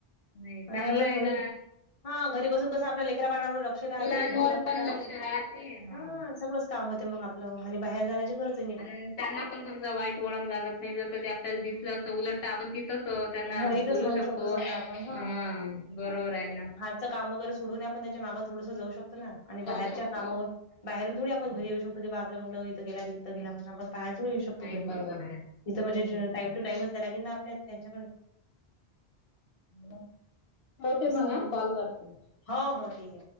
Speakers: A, on the left (about 75°); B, on the left (about 35°).
A: नाही
B: आणि
A: चांगला
B: आपण
A: आहे
B: घरी.
A: ना
B: हा घरी बसून कसं आपल्या लेकरा बाकांवर लक क्ष राहते.
A: मुलावर
B: घरी लक्ष
A: पण
B: राहते,
A: राहते हो.
B: हा सगळंच काम होते मग आपलं. आणि बाहेर जाण्याची गरज
A: अन त्यांना पण समजा वाईट वळण लागत नाही. जर कधी आपल्याला दिसलं असं उलट तर आपण तसं त्यांना
B: हा इथंच
A: बोलू
B: म्हणू
A: शकतो.
B: समजा
A: अं.
B: आपण
A: बरोबर आहे ना.
B: घरचं काम वगैरे सोडून ही आपण त्याच्या मागे थोडंस जाऊ शकतो ना. आणि
A: जाऊ
B: बाहेरच्या
A: शकतो.
B: कामावर, बाहेरून थोडी आपण
A: हम्म.
B: घरी येऊ शकतो की बा आपला मुलाला इथं गेलं, तिथं गेला म्हणत बसतात. पहायला थोडी येऊ
A: नाही
B: शकतो घरी?
A: बरोबर आहे.
B: तिथं म्हणजे
A: बरं.
B: ज टाइम टू टाइमच द्यायला लागेल ना आपला त्यांच्याकडे.
A: हो. ठेवते
B: असं
A: मग हा.
B: आहे
A: कॉल करते.
B: हो. हो. ठीके.